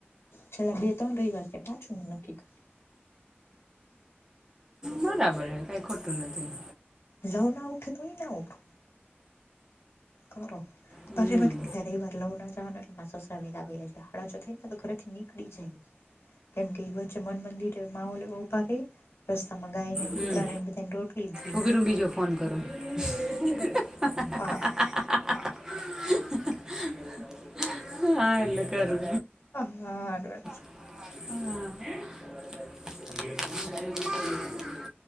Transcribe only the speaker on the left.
છેલ્લા બે ત્રણ રવિવાર કે પાછું મે નક્કી કર
લવ ના ઉઠે તોય ના ઉઠ કરો
પછી મેં કેે ર એ વાર લવું ના જવાનું એટલે મા સસરા વેલા ભૈયા હાળ જ થઈ ને તો ઘરેથી નીકળી જાય કેમ કે એ વચ્ચે મન મંદિરે માહોલ ઉભા રે રસ્તામાં ગાય નેને
કૂતરા નેને બધાને રોટલી દીએ
આ
હા હાડવે